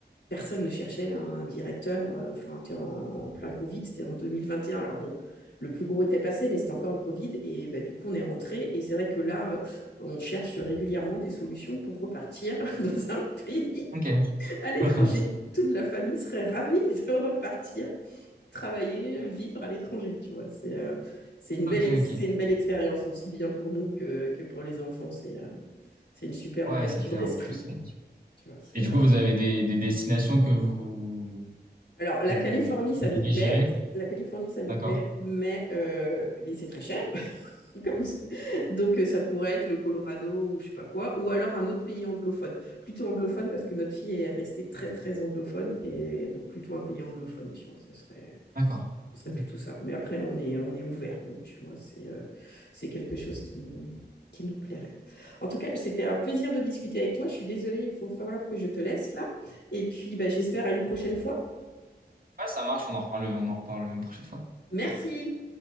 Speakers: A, on the left; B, on the right.
A: personne ne cherchait un directeur. euh, Enfin, tu sais, en, en plein Covid, c'était en 2021. Alors bon, le plus gros était passé, mais c'était encore le Covid. Et bah, du coup, on est rentré. Et c'est vrai que là, euh, on cherche régulièrement des solutions pour repartir <laughs> dans un pays
B: Ok.
A: à l'étranger.
B: <laughs>
A: Toute la famille serait ravie de repartir, travailler, vivre à l'étranger. Tu vois, c'est euh, c'est une
B: Ok,
A: belle ex-
B: ok.
A: c'est une belle expérience aussi bien pour nous que, que pour les enfants. C'est euh, c'est une super
B: Ouais,
A: ouverture
B: c'est clair
A: d'esprit.
B: en plus. euh.
A: Tu vois, c'est,
B: Et du
A: euh,
B: coup, vous avez des, des destinations que vous,
A: Alors, la
B: que vous
A: Californie, ça
B: privilégierez?
A: nous plaît. La Californie, ça nous
B: D'accord,
A: plaît, mais, euh, mais c'est très cher. <laughs> Comme... Donc, euh, ça pourrait être le Colorado ou je sais pas quoi, ou alors un autre pays anglophone. Plutôt anglophone parce que notre fille est restée très, très anglophone, et donc plutôt un pays anglophone, tu vois, ce serait,
B: d'accord.
A: ce serait
B: Ok.
A: plutôt ça. Mais après, on est, on est ouvert, donc tu vois, c'est euh, c'est quelque chose qui nous, qui nous plairait. En tout cas, c'était un plaisir de discuter avec toi. Je suis désolée, il faut falloir que je te laisse là. Et puis, bah, j'espère à une prochaine fois.
B: Ouais, ça marche, on en reparle, on en reparle une prochaine fois.
A: Merci.